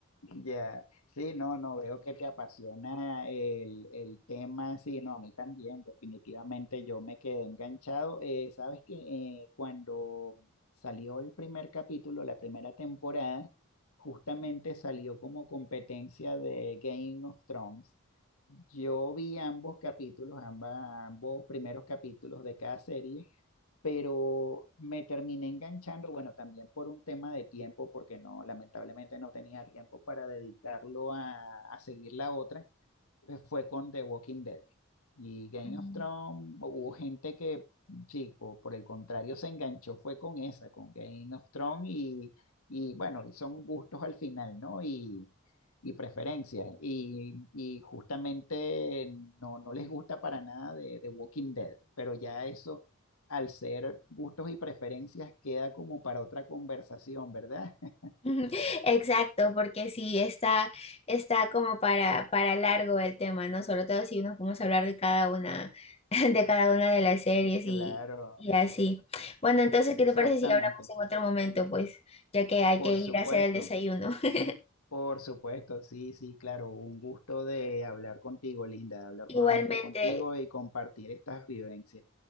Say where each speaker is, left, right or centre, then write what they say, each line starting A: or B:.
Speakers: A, on the left; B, on the left.
A: Ya, Sí, no, no, veo que te apasiona el, el tema, sí, no, a mí también, definitivamente yo me quedé enganchado. Eh, sabes que eh, cuando salió el primer capítulo, la primera temporada, justamente salió como competencia de Game of Thrones. Yo vi ambos capítulos, ambas, ambos primeros capítulos de cada serie pero me terminé enganchando, bueno, también por un tema de tiempo, porque no, lamentablemente no tenía tiempo para dedicarlo a, a seguir la otra eh, fue con The Walking Dead. Y Game
B: Mm.
A: of Thrones, hubo gente que, chico, por el contrario, se enganchó, fue con esa, con Game of Thrones, y, y bueno, y son gustos al final, ¿no? Y, y preferencias. Y, y justamente no, no les gusta para nada de, de Walking Dead, pero ya eso, al ser gustos y preferencias, queda como para otra conversación, ¿verdad? <laughs>
B: <laughs> Ujú, Exacto, porque sí, está, está como para, para largo el tema, ¿no? Sobre todo si nos podemos hablar de cada una, <laughs> de cada una de las series y,
A: Claro,
B: y así. Bueno, entonces,
A: exactamente.
B: ¿qué te parece si hablamos en otro momento? Pues, ya que hay
A: Por
B: que ir
A: supuesto.
B: a hacer el desayuno. <laughs>
A: Por supuesto, sí, sí, claro. Un gusto de hablar contigo, Linda, de hablar
B: Igualmente,
A: nuevamente contigo y compartir estas vivencias.